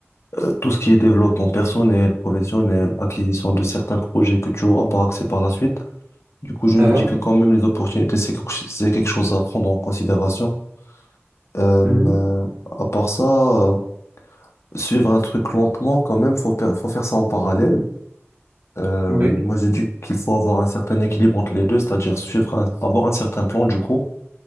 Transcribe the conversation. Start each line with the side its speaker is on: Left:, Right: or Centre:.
Left: euh, tout ce qui est développement personnel, professionnel, acquisition de certains projets que tu auras par accès par la suite. Du coup, je
Right: Ah,
Left: me dis que quand même, les opportunités, c'est quelque ch- c'est quelque chose à prendre en considération. Euh,
Right: mhm,
Left: euh, à part ça, euh, suivre un truc lentement, quand même, faut, faire- faut faire ça en parallèle. Euh,
Right: oui.
Left: moi, j'ai dit qu'il faut avoir un certain équilibre entre les deux, c'est-à-dire suivre un- avoir un certain plan, du coup,